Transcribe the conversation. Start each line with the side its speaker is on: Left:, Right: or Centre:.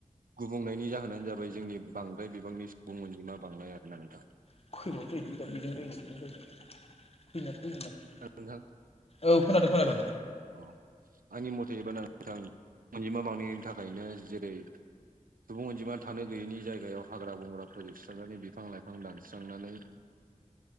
Right: गुबुंनायनि जाहोनानो जाबाय जोंनि बांद्राय बिबांनि सुबुं अनजिमा बांनाय आरो ना नोंथां।
Left: <unintelligible>
Right: <unintelligible> नोंथां
Left: औ खोनादो खोनादो।
Right: अ आंनि म'थेबाना नोंथां अनजिमा बांनायनि थाखायनो जेरै सुबुं अनजिमा थानो गैयैनि जायगायाव हाग्रा बंग्राफोर एवस्रांनानै बिफां लाइफां दानस्रांनानै